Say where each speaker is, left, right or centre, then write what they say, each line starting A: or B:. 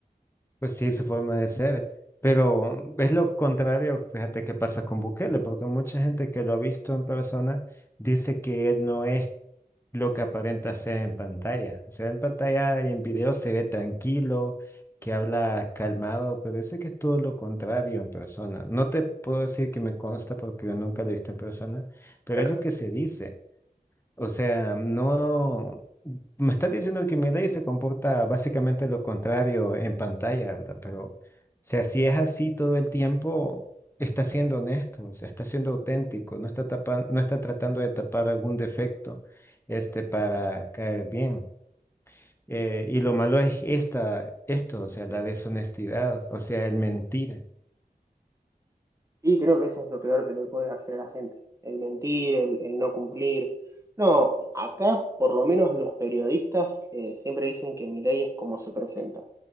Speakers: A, on the left; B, on the right.
A: Pues sí, su forma de ser. Pero es lo contrario, fíjate, que pasa con Bukele, porque mucha gente que lo ha visto en persona dice que él no es lo que aparenta ser en pantalla. O sea, en pantalla y en video se ve tranquilo, que habla calmado, pero dice que es todo lo contrario en persona. No te puedo decir que me consta porque yo nunca lo he visto en persona, pero
B: Claro.
A: es lo que se dice. O sea, no... Me estás diciendo que Milei se comporta básicamente lo contrario en pantalla, ¿verdad? Pero, o sea, si es así todo el tiempo, está siendo honesto, o sea, está siendo auténtico, no está tapa- no está tratando de tapar algún defecto, este, para caer bien. Eh, y lo malo es esta, esto, o sea, la deshonestidad, o sea, el mentir.
B: Y creo que eso es lo peor que le puede hacer a la gente, el mentir, el, el no cumplir. No, acá por lo menos los periodistas eh, siempre dicen que Milei es como se presenta.